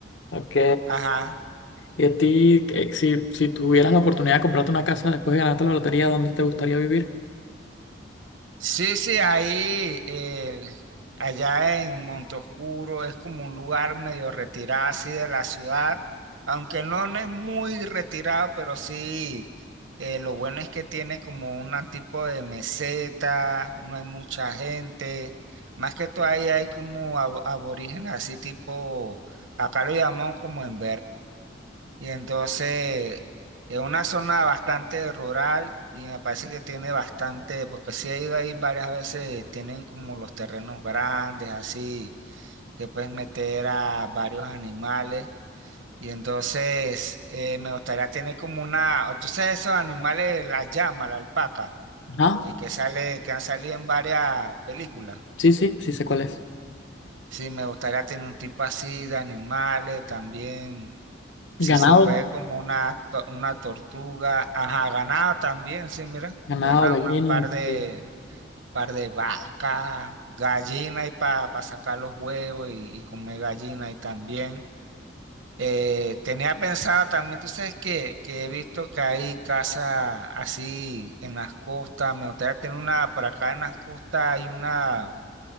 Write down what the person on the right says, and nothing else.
Ajá.
Sí, sí, ahí, el- allá en Montoscuro es como un lugar medio retirado así de la ciudad, aunque no, no es muy retirado, pero sí, eh, lo bueno es que tiene como un tipo de meseta, no hay mucha gente, más que todo ahí hay como ab- aborígenes así tipo, acá lo llamamos como en y entonces es una zona bastante rural y me parece que tiene bastante, porque sí he ido ahí varias veces, tienen como los terrenos grandes, así, que puedes meter a varios animales. Y entonces eh, me gustaría tener como una, o tú sabes esos animales, la llama, la alpaca,
que, que sale, que han salido en varias películas.
Sí, me gustaría tener un tipo así de animales también. Si
se puede como una, to- una tortuga. Ajá, ganado también, sí, mira.
Ganado
una par de,
par de vaca, gallina y para sacar los huevos y, y comer gallina y también. Eh, tenía pensado también, tú sabes que, que he visto que hay casas así en las costas. Me gustaría tener una, por acá en las costas hay una,